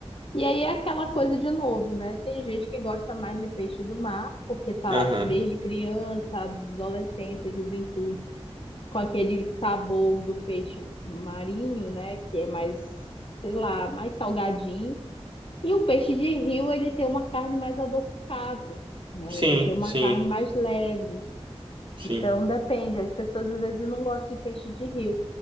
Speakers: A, on the left; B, on the right.
A: E aí é aquela coisa de novo, né? Tem gente que gosta mais de peixe do mar, porque tá
B: aham.
A: desde criança, adolescência, juventude, com aquele sabor do peixe marinho, né? Que é mais, sei lá, mais salgadinho. E o peixe de rio, ele tem uma carne mais adocicada, né?
B: Sim,
A: Ele tem uma
B: sim,
A: carne mais leve.
B: sim.
A: Então, depende. As pessoas às vezes não gostam de peixe de rio,